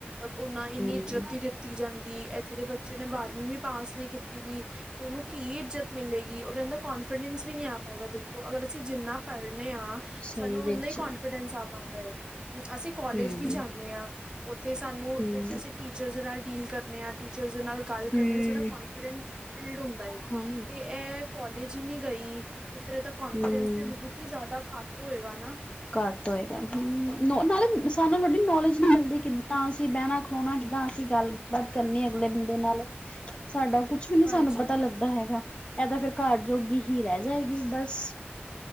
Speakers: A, on the right; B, on the left.
A: ਉਹ ਨਾ ਇੰਨੀ
B: ਹਮ
A: ਇੱਜ਼ਤੀ ਦਿੱਤੀ ਜਾਂਦੀ ਦੀ ਇੱਥੇ ਦੇ ਬੱਚੇ ਨੇ ਬਾਰਵੀਂ ਵੀ ਪਾਸ ਨਹੀਂ ਕੀਤੀ ਦੀ ਤੇ ਉਹਨੂੰ ਕੀ ਇੱਜਤ ਮਿਲੇਗੀ ਉਹਨ ਇਹਦਾ ਕਨਫੀਡੈਂਸ ਵੀ ਨੀ ਆ ਪਾਏਗਾ। ਦੇਖੋ ਅਗਰ ਅਸੀਂ ਜਿੰਨਾ ਪੜ੍ਹਨੇ ਹਾਂ
B: ਸਹੀ
A: ਸਾਨੂੰ
B: ਵਿੱਚ
A: ਓੇਨਾ ਕੋਂਨਫੀਡੈਂਸ ਆ ਪਾਉਂਦਾ ਏ। ਅਸੀਂ ਕਾਲਜ
B: ਹਮ
A: ਵੀ ਜਾਂਦੇ ਹਾਂ ਉੱਥੇ ਸਾਨੂੰ
B: ਹਮ
A: ਅਸੀਂ ਟੀਚਰ ਨਾਲ ਡੀਲ ਕਰ ਟੀਚਰ ਨਾਲ ਗੱਲ
B: ਹਮ
A: ਕਰਨ ਸਾਡਾ ਕਨਫੀਡੈਂਸ ਬਿਲਡ ਹੁੰਦਾ ਹੈ
B: ਹਾਂ
A: ਤੇ ਇਹ ਕਲੇਜ ਨਹੀਂ ਗਈ। ਤੇ ਫੇਰ ਇਹਦਾ ਕੋਂਨਫੀਡੈਂਸ
B: ਹਮ
A: ਤੇ ਬਹੁਤ ਹੀ ਜ਼ਿਆਦਾ ਘੱਟ ਹੋਏਗਾ ਨਾ।
B: ਘੱਟ ਹੋਏਗਾ ਹੂੰ ਨਾਲੇ ਸਾਨੂੰ ਵਡੀ ਨੌਲੇਜ ਨਹੀਂ ਮਿਲਦੀ ਕਿੱਦਾਂ ਅਸੀਂ ਬਹਿਣਾ ਖਲੋਣਾ ਕਿੱਦਾਂ ਅਸੀਂ ਗੱਲਬਾਤ ਕਰਨੀ ਅਗਲੇ ਬੰਦੇ ਨਾਲ ਸਾਡਾ ਕੁਛ ਵੀ ਨੀ
A: ਹਾਂਜੀ।
B: ਸਾਨੂੰ ਪਤਾ ਲੱਗਦਾ ਹੈਗਾ ਇਹ ਤਾਂ ਫੇਰ ਘਰ ਜੋਗੀ ਹੀ ਰਹਿ ਜਾਏਗੀ ਬਸ ਬਸ